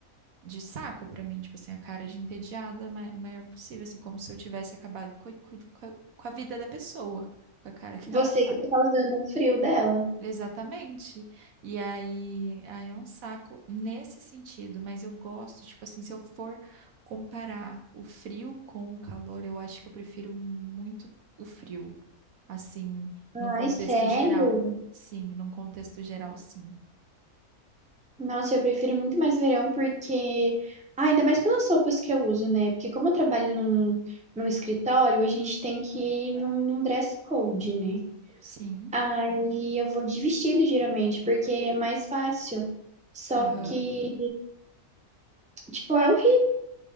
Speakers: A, on the right; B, in the centre.
A: de saco pra mim, tipo assim, a cara de entediada ma- maior possível, assim, como se eu tivesse acabado co- co- co- com, a vida da pessoa, com a cara <laughs> que
B: Você
A: ela faz.
B: que tá causando o frio dela.
A: Exatamente. E aí, aí é um saco nesse sentido, mas eu gosto, tipo assim, se eu for comparar o frio com o calor, eu acho que eu prefiro muito o frio, assim, num
B: Ai,
A: contexto
B: sério?
A: geral. Sim, num contexto geral, sim.
B: Nossa, eu prefiro muito mais verão porque. Ah, ainda mais pelas roupas que eu uso, né? Porque como eu trabalho num, num escritório, a gente tem que ir num, num dress code, né?
A: Sim.
B: Aí eu vou de vestido geralmente, porque é mais fácil. Só
A: Aham.
B: que, tipo, é o